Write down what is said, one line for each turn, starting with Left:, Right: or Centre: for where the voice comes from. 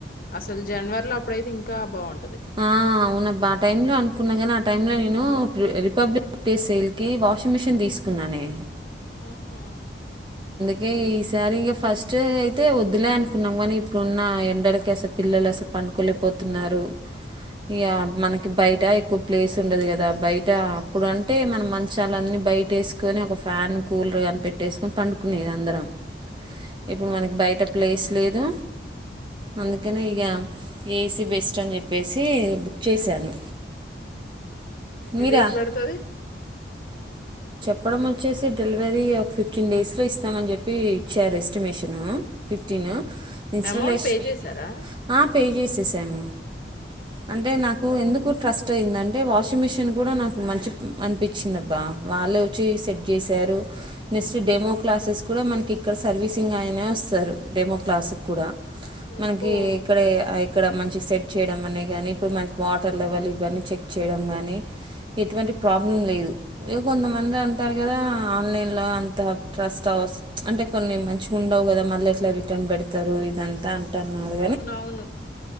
Left: అసలు జనవరి లో అప్పుడైతే ఇంకా బావుంటది
Right: ఆ అవునబ్బ ఆ టైంలో అనుకున్నా కానీ ఆ టైంలో నేను రిపబ్లిక్ డే సేల్ కి వాషింగ్ మిషిన్ తీసుకున్నానే
Left: ఊహూ
Right: కే ఈసారి ఇగ ఫస్ట్ అయితే వద్దులే అనుకున్నాం ఇప్పుడున్న ఎండలకి అసలు పిల్లలు అసలు పనుకోలేకపోతున్నారు ఇగ మనకి బయట ఎక్కువ ప్లేస్ ఉండదు కదా బయట అప్పుడు అంటే మనం మంచాలన్నీ బయట వేసుకొని ఒక ఫ్యాన్ కూలర్ అని పెట్టేసుకని పండుకునేది అందరం ఇప్పుడు మనకి బైట ప్లేస్ లేదు అందుక్ <unintelligible> ఇగ
Left: బాగు
Right: ఏసీ బెస్ చ్చన్ జె ప్పేసి బుక్ చేశాను
Left: ఊహూ ఎన్ని
Right: మీరా?
Left: డేస్ పడతాది
Right: ప్పడం వొచ్చేసి డెలివరీ ఓ ఫిఫ్టీన్ డేస్లో ఇస్తామని చెప్పి ఇచ్చారు estimation fifteen installation
Left: amount pay చేసారా
Right: ఆ పే చేసేశాము అంటే నాకు ఎందుక్ కు ట్రస్ట్ అయిందంటే వాషింగ్ మిషన్ కూడా నాకు మంచి అనిపించిందిబ్బా వాళ్ళే వచ్చి సెట్ చేశారు నెక్స్ట్ డెమో క్లాసెస్ కూడా మనకి ఇక్కడ సర్వీసింగ్ అయినే వస్తారు డెమో క్లాసుక్కూడా
Left: ఓహో
Right: మనకి ఇక్కడ ఇక్కడ మని జి సెడ్జ్ చేయడం అనే గానీ ఇప్పుడు మనకి వాటర్ లెవెల్ ఇవన్నీ చెక్ చేయడం గానీ ఎటువంటి
Left: ఆ,
Right: ప్రాబ్లం లేదు ఇగ కొంతమంది అంటారు కదా ఆన్లైన్ లో అంత ట్రస్ట్ అవస్ అంటే కొన్ని మంచిగా ఉండవు కదా మళ్ళీ ఎట్లా రిటర్న్ పెడతారు ఇదంతా అంటున్నారు
Left: అవునవును